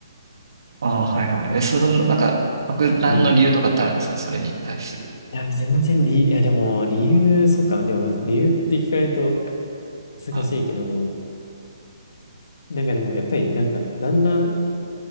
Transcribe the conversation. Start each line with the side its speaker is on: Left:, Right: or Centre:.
Right: あー、はいはい。え、その、なんか、特段の理由とかってあるんですかそれに対する。
Left: うんいや、全然理、いや、でも、理由、そうか、でも、理由って聞かれると難しいけど、
Right: はい
Left: なんかでも、やっぱり、なんか、だんだん